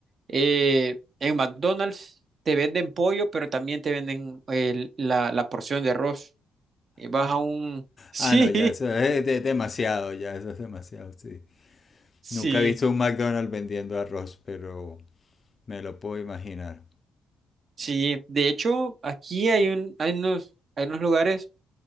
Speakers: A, on the right; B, on the left.
A: eh, en McDonald's te venden pollo, pero también te venden el- la, la porción de arroz. Y vas a un... <laughs> Sí,
B: Ah, no, ya eso es de- demasiado, ya eso es demasiado, sí.
A: sí,
B: Nunca he visto un McDonald's vendiendo arroz, pero Me lo puedo imaginar.
A: sí. De hecho, aquí hay un, hay unos, hay unos lugares